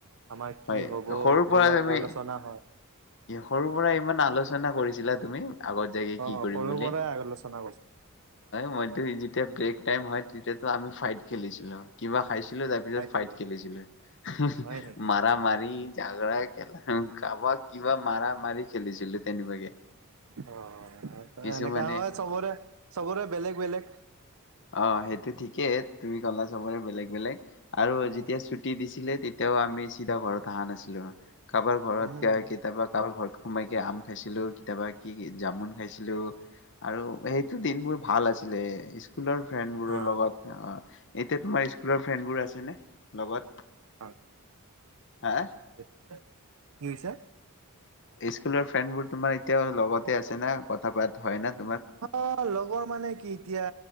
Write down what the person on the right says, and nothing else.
আমাৰ কি
হব
সেইবিলাক
আলোচনা হয়
অ
সৰুৰ
পৰাই আলোচনা
কৰিছিলো
হয় নেকি
অ
এনেকা হয় চবৰে চবৰে বেলেগ বেলেগ
উম
উম
অ
হয়
<unintelligible> কি হৈছে
অ লগৰ মানে কি? এতিয়া